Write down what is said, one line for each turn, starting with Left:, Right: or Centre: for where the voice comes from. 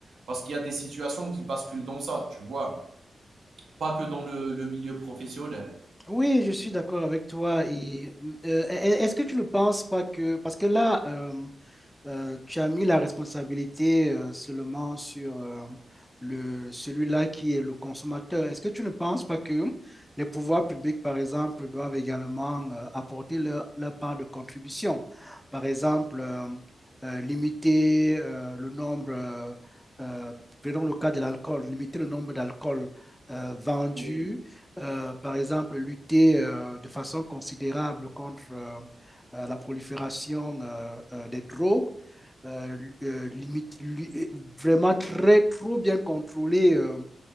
Right: Parce qu'il y a des situations qui basculent dans ça, tu vois. Pas que dans le, le milieu professionnel.
Centre: Oui, je suis d'accord avec toi. Et euh, est- est-ce que tu ne penses pas que, parce que là, euh, euh, tu as mis la responsabilité euh, seulement sur euh, le, celui-là qui est le consommateur. Est-ce que tu ne penses pas que les pouvoirs publics, par exemple, doivent également euh, apporter leur, leur part de contribution? Par exemple, euh, euh, limiter euh, le nombre, euh, euh, prenons le cas de l'alcool, limiter le nombre d'alcool euh, vendu,
Right: Oui,
Centre: euh, par exemple, lutter euh, de façon considérable contre... euh, euh, la prolifération euh, euh, des drogues euh, euh, limite, li- vraiment très, trop bien contrôler euh,